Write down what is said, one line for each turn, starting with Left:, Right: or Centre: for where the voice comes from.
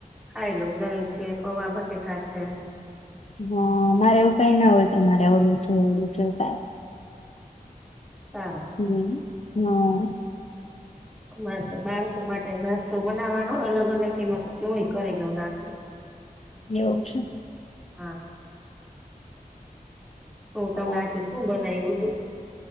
Centre: ખાઈ લઉ દહીં છે પવા બટેકા છે.
Left: હા મારે એવું કઈ ના હોય કે મારે ઓલું છે ઓલું છે ક
Centre: સારું
Left: હમ. હા.
Centre: અમારે તો બાળકો માટે નાસ્તો બનાવાનો અલગ અલગ એમાં પછી હું કરી લઉં નાસ્તો.
Left: એવું છે.
Centre: હા. શું તમે
Left: હા.
Centre: આજે શું બનાવ્યું? તો